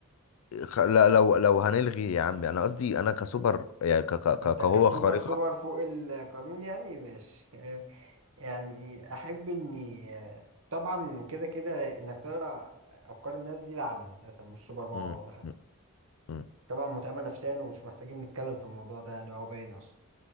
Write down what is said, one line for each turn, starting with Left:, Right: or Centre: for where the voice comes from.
Left: خ- لا- لو لو هنلغي يا عم انا قصدي انا كسوبر يعني ك- ك- ك-
Right: انت
Left: كقوه
Right: كسوبر
Left: خارقه
Right: سوبر فوق القانون يعني ماشي <laughs> آه يعني احب اني آه طبعا كده كده انك تقرا افكار الناس دي لعنة اساسا مش سوبر باور
Left: مم،
Right: ولا حاجة
Left: مم، مم.
Right: طبعا متعبة نفسيا ومش محتاجين نتكلم في الموضوع ده يعني هو باين اصلا